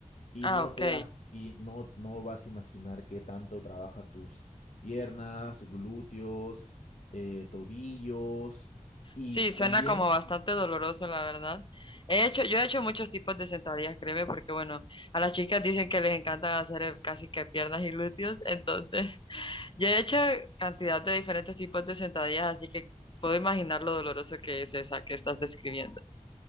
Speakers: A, on the left (about 80°); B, on the left (about 45°).
A: y
B: Ah,
A: no
B: ok.
A: te das y no, no vas a imaginar qué tanto trabaja tus piernas, glúteos, eh, tobillos y
B: Sí, suena
A: también
B: como bastante doloroso, la verdad. He hecho, yo he hecho muchos tipos de sentadillas, créeme, porque bueno, a las chicas dicen que les encanta hacer eh, casi que piernas y glúteos, entonces <laughs> yo he hecho cantidad de diferentes tipos de sentadillas, así que puedo imaginar lo doloroso que es esa que estás describiendo.